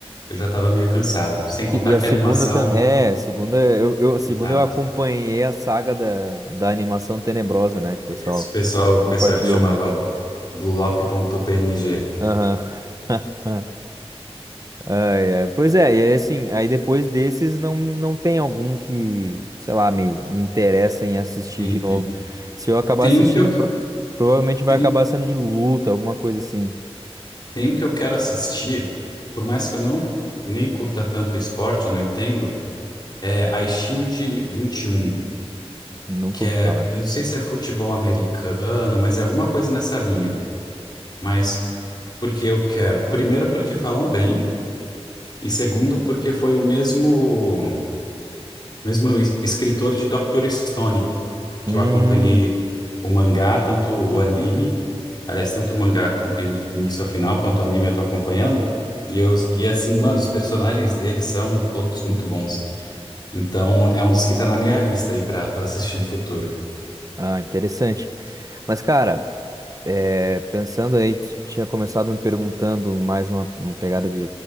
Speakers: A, on the left; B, on the right.
A: eu já estava meio cansado. Sem contar
B: E a
A: que
B: segunda
A: a animação.
B: também é, a segunda eu, eu- a segunda
A: Exato.
B: eu acompanhei a saga da, da animação tenebrosa, né, que o pessoal
A: Esse pessoal, o pessoal
B: compartilhou
A: que chamava
B: muito.
A: Blue lock Lock.png.
B: Aham. <laughs> Ai, ai. Pois é, e aí, assim, aí depois desses não, não tem algum que, sei lá, me, me interessa em assistir
A: Entendi.
B: de novo. Se eu acabar
A: Tem
B: assistindo,
A: um que eu, que-
B: pro- provavelmente vai
A: tem,
B: acabar sendo de luta, alguma coisa assim.
A: tem um que eu quero assistir, por mais que eu não nem curta tanto esporte, não entendo. É iShield vinte e um
B: Nunca
A: que
B: ouvi
A: é,
B: falar.
A: eu não sei se é futebol americano, mas é alguma coisa nessa linha. Mas porque eu quero. Primeiro, porque falam bem, e segundo, porque foi o mesmo, mesmo es- escritor de Dr. Stone, que
B: Hum,
A: eu acompanhei o mangá, tanto o anime, aliás, tanto o mangá acompanhei do início ao final, quanto o anime eu tô acompanhando. E, eu, e assim, mano, os personagens dele são todos muito bons. Então, é um dos que tá na minha lista aí pra, pra assistir no futuro.
B: ah, interessante. Mas, cara, É, pensando aí, tu tinha começado me perguntando mais numa, numa pegada de,